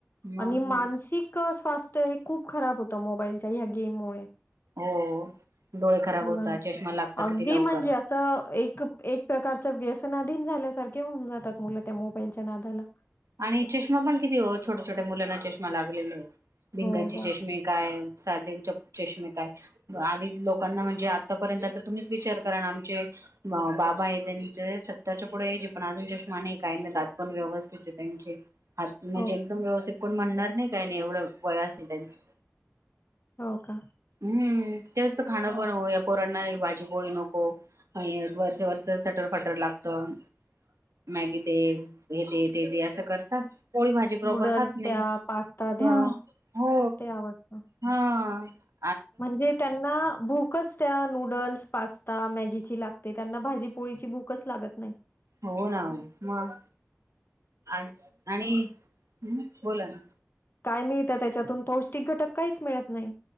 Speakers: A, on the right (about 90°); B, on the left (about 45°).
A: मग
B: आणि मानसिक स्वास्थ तर हे खूप खराब होत मोबाईलच्या ह्या गेम मुळे
A: हो डोळे खराब
B: मुलं
A: होतात चष्मा लागता
B: अगदी
A: किती लवकर
B: म्हणजे असं एक प्रकारच व्यसनाधीन झाल्यासारखे होऊन जातात मुलं त्या मोबाईलच्या नादाला
A: आणि चश्मा पण किती हो छोट्या छोट्या मुलांना चष्मा लागलेलो. भिंगांची
B: हो हो.
A: चष्मे काय सादे च चष्मे काय आदी लोकांना म्हणजे आतापर्यंत आता तुम्हीच विचार करा ना आमचे बाबा आहे त्यांचे सत्तरचे पुढे एज हे पण अजून चष्मा नाही काय नाही दात पण व्यवस्थित त्यांचे हात म्हणजे
B: हो
A: एकदम व्यवस्थित कोण म्हणणार नाही काही नाही एवढं वय असेल त्यांचा
B: हो का?
A: हम्म. ते असं खाणं
B: मग
A: पण होय पोरांना भाजी पोळी नको आणि हे वरचा-वरचा चटरफटर लागतं मॅगी दे हे दे ते दे असं करतात पोळी भाजी प्रॉपर
B: नूडल्स
A: खात नाही
B: द्या पास्ता
A: हा
B: द्या
A: हो
B: मग ते आवडतं.
A: हा. ह
B: म्हणजे त्यांना भूकच त्या नूडल्स, पास ता मॅगीची लागते त्यांना भाजीपोळीची भूकचं लागत नाही.
A: हो ना हो मग आ आणि हम्म बोला ना.
B: काय मिळतं त्याच्यातून पौष्टिक घटक काहीच मिळत नाही.